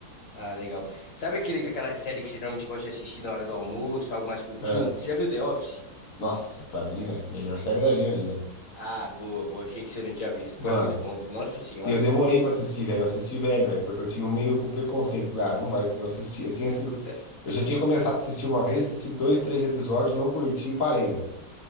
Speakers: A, on the left; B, on the left.
A: Ah, legal. Sabe aquele, aquela série que você geralmente gosta de assistir na hora do almoço, algo mais curtinho?
B: É,
A: Você já viu The Office?
B: Nossa, pra mim, velho, melhor série da minha vida.
A: Ah, boa, boa. Achei que você não tinha visto.
B: Mano,
A: Pô, é muito bom. Nossa senhora.
B: e eu demorei pra assistir, velho. Eu assisti velho, velho, porque eu tinha um meio com preconceito. Falei, ah, não vai. Eu assisti, eu tinha, assi-
A: Puta.
B: eu já tinha começado a assistir uma vez, assisti dois, três episódios, não curti e parei, velho.